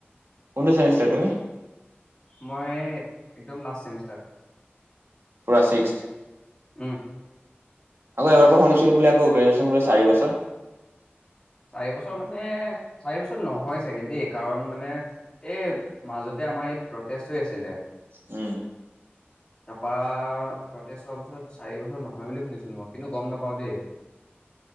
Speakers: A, on the right (about 70°); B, on the left (about 25°).
A: কোনটো চেমিষ্টাৰ তুমি
B: মই একদম লাষ্ট ছেমিষ্টাৰ।
A: পুৰা ছিক্সট?
B: উম
A: আকৌ এবাৰ পৰা শুনিছিলো বুলি আকৌ গ্ৰেজুৱেচন বোলে চাৰি বছৰ।
B: চাৰি বছৰ মানে চাৰি বছৰ নহয়। চাগে দেই কাৰণ মানে এই মাজতে আমাৰ ইয়াত প্ৰটেষ্ট হৈ আছিলে।
A: উম।
B: তাৰপা প্ৰটেষ্ট হোৱাৰ পিছত চাৰি বছৰ নহয় বুলি শুনিছিলো মই কিন্তু গম নাপাওঁ দেই